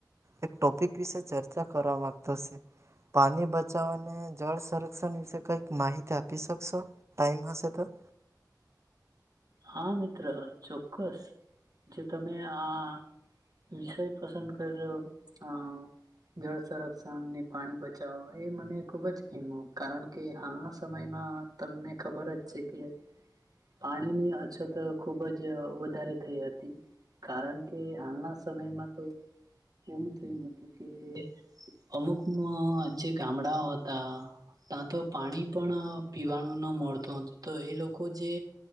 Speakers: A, on the right; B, on the right.
A: એક ટોપિક વિશે ચર્ચા કરવા માંગતો છે? પાણી બચાવવા અને જળ સંરક્ષણ વિશે કઈક માહિતી આપી શકશો? ટાઈમ હશે તો.
B: હા મિત્ર, ચોક્કસ જે તમે આ વિષય પસંદ કર અ જળ સંરક્ષણને પાણી બચાવો, એ મને ખુબ જ પ્રહેમ કારણ કે હાલના સમયમાં તમને ખબર જ છે કે, પાણીની અચ્છા, તો ખુબ જ વધારે થઈ હતી. કારણ કે, હાલના સમયમાં તો એવું થયું હતું કે અમુકમાં જે ગામડાઓ હતા. ત્યાં તો પાણી પણ પીવાનું ન મળતું હતું, તો એ લોકો જે